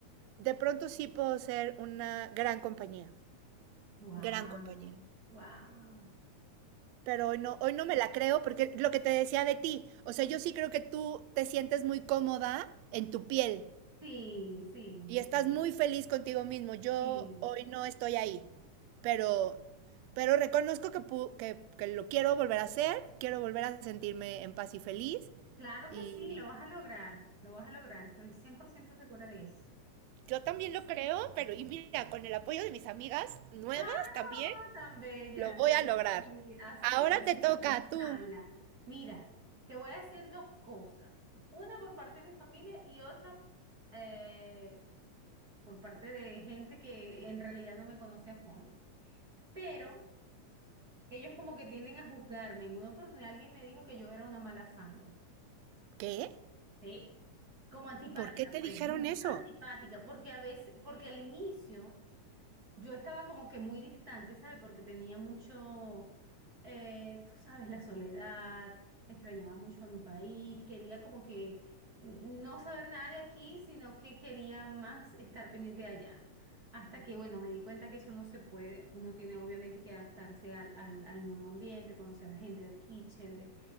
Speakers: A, on the right (about 80°); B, on the right (about 35°).
A: de pronto sí puedo ser una gran compañía,
B: Wow,
A: gran compañía.
B: wow.
A: Pero hoy no, hoy no me la creo porque lo que te decía de ti, o sea, yo sí creo que tú te sientes muy cómoda en tu piel,
B: Sí, sí, yo
A: y
B: me
A: estás
B: siento.
A: muy feliz contigo mismo. Yo
B: Sí,
A: hoy no estoy ahí, pero, pero reconozco que, pu- que, que lo quiero volver a hacer, quiero volver a sentirme en paz y feliz.
B: claro que
A: Y
B: sí, lo vas a lograr, lo vas a lograr, estoy 100% segura de eso.
A: Yo también lo creo, pero y mira, con el apoyo de mis amigas nuevas
B: Claro,
A: también.
B: tan bella.
A: lo voy
B: claro
A: a lograr.
B: que sí, así
A: Ahora
B: es.
A: te toca a tú.
B: Habla. Mira, te voy a decir dos cosas. Una por parte de mi familia y otra eh, por parte de gente que en realidad no me conoce a fondo. Pero ellos como que tienden a juzgarme. En una oportunidad alguien me dijo que yo era una mala sangre.
A: ¿Qué?
B: Sí. Como antipática,
A: ¿Por qué te
B: pues.
A: dijeron
B: No,
A: eso?
B: antipática, porque a veces, porque al inicio yo estaba como que muy distante, ¿sabes? Porque tenía mucho eh, tú sabes, la soledad, extrañaba mucho a mi país, quería como que n- no saber nada de aquí, sino que quería más estar pendiente de allá. Hasta que, bueno, me di cuenta que eso no se puede. Uno tiene obviamente que adaptarse al, al, al nuevo ambiente, conocer a la gente de aquí, chévere.